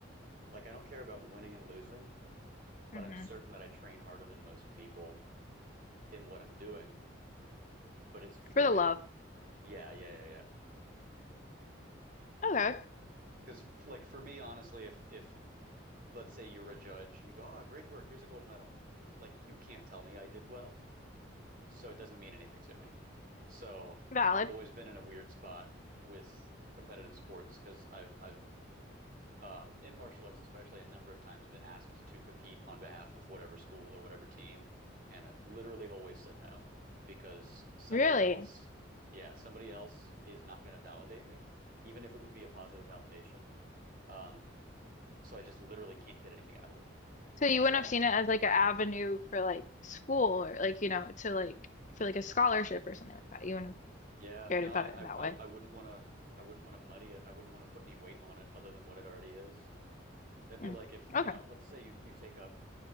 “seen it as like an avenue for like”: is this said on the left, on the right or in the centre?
Left